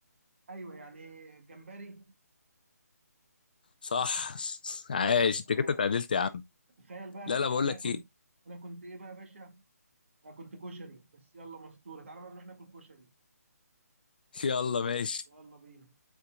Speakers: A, on the right; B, on the left.
A: ايوه يعني جمبري
B: صح <laughs> عايش انت
A: تمام
B: كده اتعدلت يا عم
A: تخيل بقى انا
B: لا
A: ك-
B: لا بقول
A: انا
B: لك
A: كنت
B: ايه
A: انا كنت ايه بقى يا باشا انا كنت كشري بس يلا مستوره تعالى بقى نروح ناكل كشري
B: <laughs> يلا ماشي
A: يلا بينا